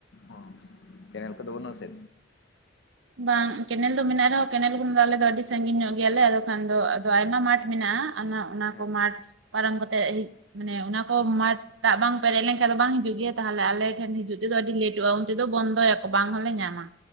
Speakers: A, on the left; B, on the right.
A: ᱚ ᱠᱮᱱᱮᱞ ᱠᱚᱫᱚ ᱵᱚᱱᱩᱜᱼᱟ ᱥᱮ?
B: ᱵᱟᱝ ᱠᱮᱱᱮᱞ ᱫᱚ ᱢᱮᱱᱟᱜ ᱨᱮᱦᱚᱸ ᱠᱮᱱᱮᱞ ᱠᱷᱚᱱ ᱫᱚ ᱟᱞᱮ ᱫᱚ ᱟᱹᱰᱤ ᱥᱟᱺᱜᱤᱧ ᱧᱚᱜ ᱜᱮᱭᱟᱞᱮ ᱟᱫᱚ ᱠᱷᱟᱱ ᱫᱚ ᱟᱫᱚ ᱟᱭᱢᱟ ᱢᱟᱴᱷ ᱢᱮᱱᱟᱜᱼᱟ। ᱚᱱᱟ ᱚᱱᱟ
A: ᱦᱮᱸ
B: ᱠᱚ ᱢᱟᱴ ᱯᱟᱨᱚᱢ ᱠᱟᱛᱮᱜ ᱢᱟᱱᱮ ᱚᱱᱟ ᱠᱚ ᱢᱟᱴ ᱫᱟᱜ ᱵᱟᱝ ᱯᱮᱨᱮᱡ ᱞᱮᱱᱠᱷᱟᱱᱡ ᱫᱚ ᱵᱟᱝ ᱦᱤᱡᱩᱜ ᱫᱟᱜ ᱵᱟᱝ ᱯᱮᱨᱮᱡ ᱞᱮᱱᱠᱷᱟᱡ ᱫᱚ ᱵᱟᱝ ᱦᱤᱡᱩᱜ ᱜᱮᱭᱟ ᱛᱟᱦᱞᱮ ᱟᱞᱮ ᱴᱷᱮᱱ ᱦᱤᱡᱩᱜ ᱛᱮᱫᱚ ᱟᱹᱰᱤ ᱞᱮᱴᱚᱜᱼᱟ ᱩᱱᱛᱮᱫᱚ ᱵᱚᱱᱫᱚᱭᱟᱠᱚ ᱵᱟᱝ ᱦᱚᱸᱞᱮ ᱧᱟᱢᱟ।